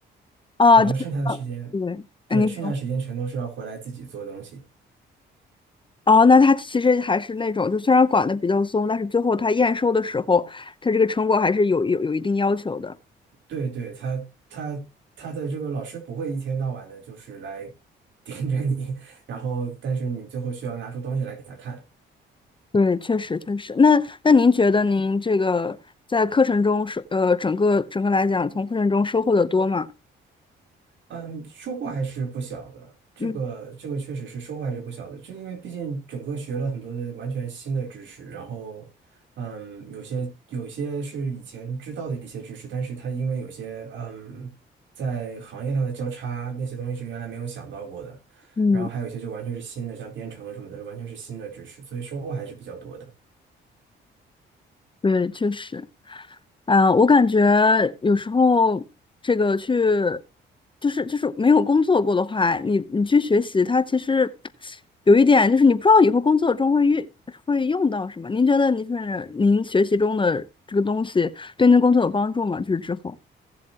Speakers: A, on the left; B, on the right.
A: 啊，
B: 然后剩下的时间，
A: 就是对，
B: 对，
A: 嗯，您说
B: 剩下的时间全都是要回来自己做东西。
A: 哦，那它其实还是那种，就虽然管的比较松，但是最后它验收的时候，它这个成果还是有有有一定要求的。
B: 对对，他他他的这个老师不会一天到晚的，就是来 <laughs> 盯着你，<laughs> 然后但是你最后需要拿出东西来给他看。
A: 对，确实确实。那那您觉得您这个在课程中收呃整个整个来讲，从课程中收获的多吗？
B: 嗯，收获还是不小的。这个这个确实是收获还是不小的，
A: 嗯
B: 这因为毕竟整个学了很多的完全新的知识，然后嗯，有些有些是以前知道的一些知识，但是它因为有些嗯，在行业上的交叉，那些东西是原来没有想到过的，
A: 嗯。
B: 然后还有一些就完全是新的，像编程什么的，完全是新的知识，所以收获还是比较多的。
A: 对，确实。啊，我感觉有时候这个去，就是就是没有工作过的话，你你去学习，它其实有一点就是你不知道以后工作中会遇会用到什么。您觉得您是您学习中的这个东西对您的工作有帮助吗？就是之后。